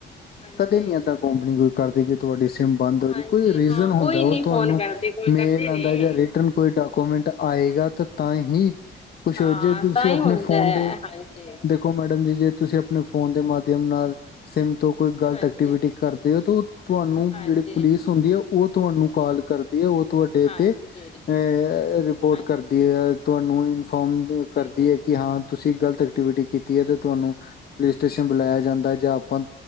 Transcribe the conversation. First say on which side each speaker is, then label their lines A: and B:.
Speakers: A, on the left; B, on the left.
A: ਹਾਂਜੀ
B: ਕਦੇ ਨੀ ਏਦਾਂ ਕੰਪਨੀ ਕੋਈ ਕਰਦੀ ਕਿ ਤੁਹਾਡੀ ਸਿੰਮ ਬੰਦ ਹੋ
A: ਹਾਂਜੀ
B: ਰਹੀ ਕੋਈ ਰੀਜ਼ਨ
A: ਹਾਂ
B: ਹੁੰਦਾ
A: ਕੋਈ
B: ਉਹ
A: ਨੀ
B: ਤੁਹਾਨੂੰ
A: ਫੋਨ ਕਰਦੀ ਕੋਈ ਕਰਦੀ
B: ਮੇਲ
A: ਨੀ
B: ਆਉਂਦਾ ਜਾਂ ਰੀਟਿਨ ਕੋਈ ਡਾਕੂਮੈਂਟ ਆਏਗਾ ਤਾਂ ਹੀ ਕੁਛ
A: ਹਾਂ
B: ਜੇ ਤੁਸੀਂ
A: ਤਾਂ ਹੀ
B: ਆਪਣੇ
A: ਹੁੰਦਾ
B: ਫੋਨ
A: ਹੈ
B: ਦੇਖੋ
A: ਹਾਂਜੀ
B: ਦੇਖੋ ਮੈਡਮ ਜੀ ਜੇ ਤੁਸੀਂ ਆਪਣੇ ਫੋਨ ਦੇ ਮਾਧਿਅਮ ਨਾਲ ਸਿੰਮ ਤੋਂ ਕੋਈ ਗਲਤ
A: ਹਾਂਜੀ
B: ਐਕਟੀਵਿ ਕਰਦੇ ਹੋ ਤੁਹਾਨੂੰ
A: ਹਾਂਜੀ
B: ਜਿਹੜੀ ਪੁਲਿਸ ਹੁੰਦੀ ਆ ਉਹ ਤੁਹਾਨੂੰ ਕਾਲ ਕਰ ਦੀ ਉਹ ਤੁਹਾਡੇ
A: ਹਾਂਜੀ
B: ਤੇ ਅ ਰਿਪੋਰਟ
A: ਹਾਂਜੀ
B: ਕਰਦੀ ਹੈ ਤੁਹਾਨੂੰ ਇਨਫੋਮ ਕਰਦੀ
A: ਸਹੀ ਗੱਲ
B: ਹੈ
A: ਜੀ
B: ਕਿ ਹਾਂ ਤੁਸੀਂ ਗ਼ਲਤ ਐਕਟੀਵਿਟੀ ਕੀਤੀ ਹੈ ਤੇ ਤੁਹਾਨੂੰ ਪੁਲਿਸ ਸਟੇਸ਼ਨ ਬੁਲਾਇਆ ਜਾਂਦਾ ਹੈ ਜਾਂ ਆਪਾਂ